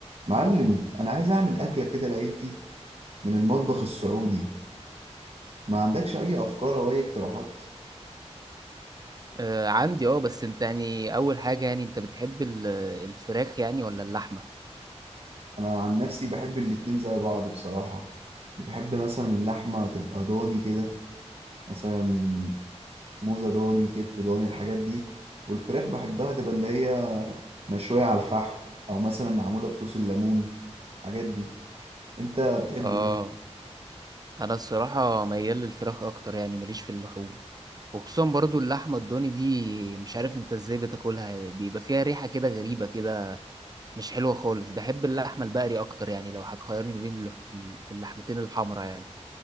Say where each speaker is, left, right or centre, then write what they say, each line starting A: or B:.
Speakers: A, on the right (about 55°); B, on the right (about 35°).
A: معلم انا عايز اعمل اكله كده لعيلتي من المطبخ السعودي ما عندكش اي افكار او اي اقتراحات
B: آه عندي اه بس انت يعني اول حاجة يعني انت بتحب ال- الفراخ يعني ولا اللحمة
A: انا عن نفسي بحب الاتنين زي بعض بصراحه بحب مثلا اللحمه تبقى ضاني كده مثلا موزه ضاني كتف ضاني الحاجات دي والفراخ بحبها تبقى اللي هي مشويه على الفحم او مثلا معموله بصوص الليمون الحاجات دي انت بتحب
B: اه
A: ايه
B: انا الصراحة ميال للفراخ اكتر يعني ماليش في اللحوم وخصوصا برضو اللحمة الضاني دي مش عارف انت ازاي بتاكلها بيبقى فيها ريحة كده غريبة كده مش حلوة خالص بحب اللحمة البقري اكتر يعني لو هتخيرني ما بين اللح... في ال- في اللحمتين الحمرا يعني